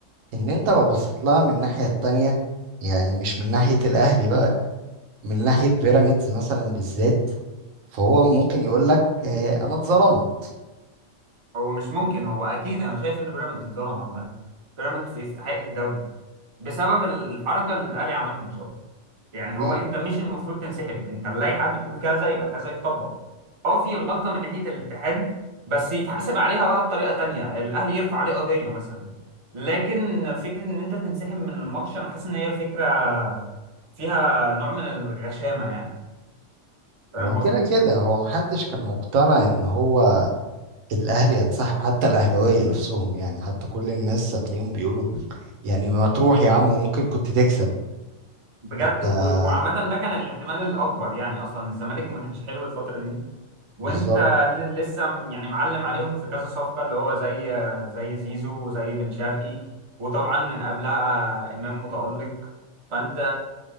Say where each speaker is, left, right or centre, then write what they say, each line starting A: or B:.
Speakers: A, on the right; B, on the right.
A: ان انت لو بصيت لها من الناحيه التانية يعني مش من ناحية الأهلي بقى من ناحية بيراميدز مثلا بالذات فهو ممكن يقول لك آه، أنا اتظلمت
B: هو مش ممكن هو اكيد انا شايف ان بيراميدز اتظلم عامه بيراميدز يستحق الدوري بسبب الحركه اللي الاهلي عملها مش اكتر يعني
A: ل-
B: هو انت مش المفروض تنسحب انت اللائحه بتقول كذا يبقى كذا يتطبق اه في غلطه من ناحيه الاتحاد بس يتحاسب عليها بقى بطريقه تانية الاهلي يرفع عليه قضيه مثلا لكن فكره ان انت تنسحب من الماتش انا حاسس ان هي فكره فيها نوع من الغشامه يعني فاهم
A: هو كده
B: قصدي
A: كده هو محدش كان مقتنع إن هو الأهلي ينسحب حتى الأهلاوية نفسهم يعني حتى كل الناس هتلاقيهم بيقولوا يعني ما تروح يا عم وممكن كنت تكسب
B: بجد
A: ده
B: و- وعامه ده كان الاحتمال الاكبر يعني اصلا الزمالك ما كانش حلو الفتره دي وانت
A: بالظبط
B: ل- لسه م- يعني معلم عليهم في كذا صفقة اللي هو زي زي زيزو وزي بن شرقي وطبعا من قبلها إمام متألق فانت